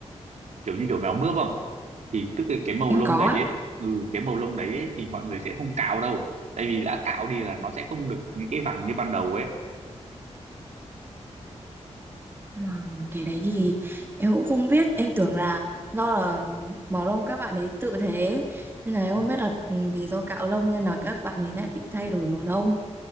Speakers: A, on the right (about 80°); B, on the right (about 20°).
A: kiểu như kiểu mèo mướp không thì tức là cái màu
B: Em
A: lông
B: có
A: đấy ấy, ừ cái màu lông đấy ấy, thì mọi người sẽ không cạo đâu tại vì đã cạo đi là nó sẽ không được những cái vằn như ban đầu ấy
B: À, cái đấy thì em cũng không biết em tưởng là do là màu lông các bạn ấy tự thế nên là em
A: Ừ.
B: không biết là ừ, vì do cạo lông nên là các bạn ấy lại bị thay đổi màu lông